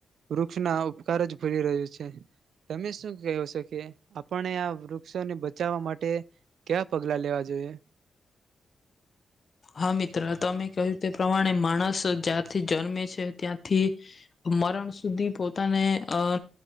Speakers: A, on the right; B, on the left.
A: વૃક્ષના ઉપકાર જ ભૂલી રહ્યો છે, તમે શું કહો છો કે આપને આ વૃક્ષ <unintelligible> બચાવવા માટે <unintelligible> પગલા લેવા જોઈએ.
B: હા મિત્ર તમે કહ્યું તે પ્રમાણે માણસ જ્યાંથી જન્મે છે, ત્યાંથી મરણ સુધી પોતાને અ